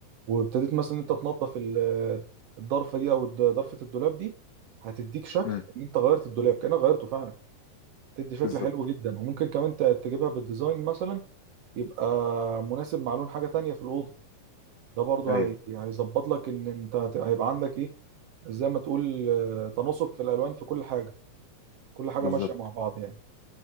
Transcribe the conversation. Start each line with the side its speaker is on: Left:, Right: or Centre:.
Right: وابتديت مثلا انت تنظف ال- الضرفة دي او الد- ضرفة الدولاب دي هتديك شكل
Left: إمم،
Right: ان انت غيرت الدولاب كأنك غيرته فعلا تدي شكل
Left: بالضبط،
Right: حلو جدا وممكن كمان ت- تجيبها بالديزاين مثلا يبقى مناسب مع لون حاجة تانية في الأوضة ده برضه
Left: أيوه،
Right: هي... هيظبط لك ان انت هت- هيبقى عندك ايه زي ما تقول آه، تناسق في الالوان في كل حاجه كل حاجه
Left: بالضبط.
Right: ماشيه مع بعض يعني